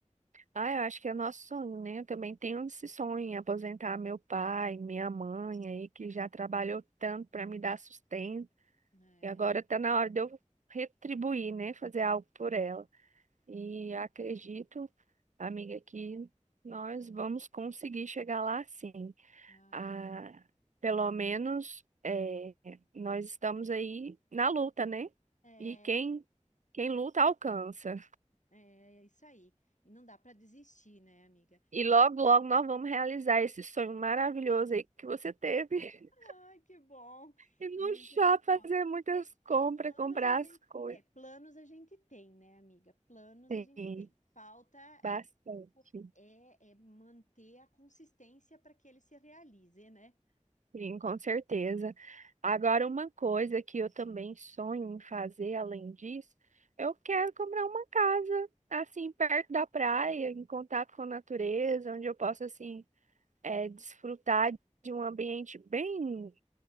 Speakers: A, on the right; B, on the left.
A: Ah, eu acho que é nosso sonho, né? Eu também tenho esse sonho, em aposentar meu pai, minha mãe aí, que já trabalhou tanto para me dar sustento.
B: É.
A: E agora tá na hora de eu retribuir, né? Fazer algo por ela. E
B: Hum.
A: acredito, amiga, que nós vamos conseguir chegar lá sim.
B: Ai,
A: Ah,
B: que bom.
A: pelo menos eh, nós estamos aí na luta, né?
B: É.
A: E quem, quem luta alcança.
B: É, é isso aí. E não dá para desistir, né, amiga?
A: E logo, logo nós vamos realizar esse sonho maravilhoso aí que você teve. <laughs>
B: Ai, que bom.
A: E no
B: Gente,
A: shopping fazer
B: ó,
A: muitas
B: é,
A: compras,
B: planos
A: comprar
B: a gente,
A: as coisas.
B: é, planos a gente tem, né, amiga? Planos
A: Sim,
B: a gente tem. Falta
A: bastante.
B: é, tipo, é, é manter a consistência para que ele se realize, né?
A: Sim, com certeza. Agora, uma coisa que eu também sonho em fazer, além disso, eu quero comprar uma casa, assim, perto da praia, em contato com a natureza, onde eu possa, assim, eh, desfrutar de um ambiente bem